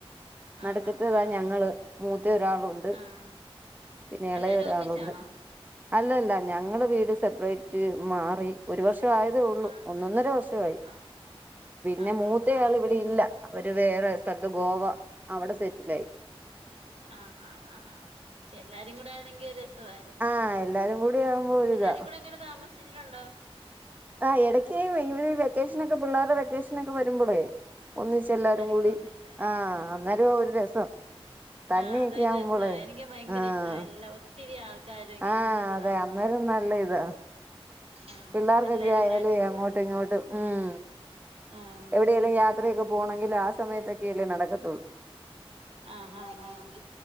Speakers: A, on the right; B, on the right.
A: ആഹ്
B: നടക്കത്തതാ
A: ആഹ് ആഹ് ആഹ്
B: ഞങ്ങള് മൂത്ത ഒരാളുണ്ട്
A: ആഹ്
B: പിന്നെ
A: എല്ലാരും
B: ഇളയ ഒരാളുണ്ട്
A: ഒന്നിച്ചാണോ
B: അല്ല അല്ല ഞങ്ങ വീട് സെപ്പറേറ്റ് മറ്റ് മാറി ഒരു വർഷം ആയതേ ഉള്ളൂ
A: ആഹ് അതെ
B: ഒന്നൊന്നര വർഷമായി
A: ആഹ്
B: പിന്നെ
A: ആഹ്
B: മൂത്തയാൾ
A: ആഹ് ആഹ്
B: ഇവിടെ ഇല്ല അവര് വേറെ സ്ഥലത്ത് ഗോവ അവിടെ സെറ്റില ആായി
A: ആഹ ആാ ആ പെ എല്ലാരും കൂടെ ആതെങ്കിൽ ര ായിരുന്നു
B: ആഹ് എല്ലാരും കൂടി ആകുമ്പോ ഒരിതാ
A: എല്ലാരും കൂടെ എങ്ങനെ താമസിച്ചിട്ടുണ്ടോ
B: ആ ഇടയ്ക്കായി ഇവര് വെക്കേഷൻൊക്കെ പിള്ളേരുടെ വെക്കേഷനൊക്കെ വരുമ്പോളേ ഒന്നച്ച് എല്ലാരും കൂടി
A: കൂടെ ഒന്നിച്ചാ
B: ആഹ
A: ഉം
B: അന്നേരം ഒരു രസം തന്നെയൊക്കെ
A: ആഹ് അതൊരു
B: ആവുമ്പോള്
A: രസവാ എനിക്ക് ഭയങ്കര
B: ആഹ
A: ഇഷ്ടവാ എല്ലാ ഒത്തിരി ആൾക്കാരും ഇങ്ങനെ
B: ആഹ
A: ഒന്നിച്ച്
B: അതെ
A: താമസിക്കുന്നെ
B: അന്നേരം നല്ല ഇതാ
A: ആഹ്
B: പിള്ളേർക്കൊക്കെ
A: എല്ലാരും
B: ആയാല
A: കൂടെ അടിച്ച്
B: അങ്ങോട്ട്
A: പൊളിച്ച്
B: ഇങ്ങോട്ട് ഉം
A: ആഹ്
B: എവിടെേലും യാത്രയൊക്കെ പോണെങ്കിൽ ആ സമയത്തൊക്കെ അല്ലേ നടക്കത്തോള്ളൂ
A: ആഹ് ആഹ് ആഹ്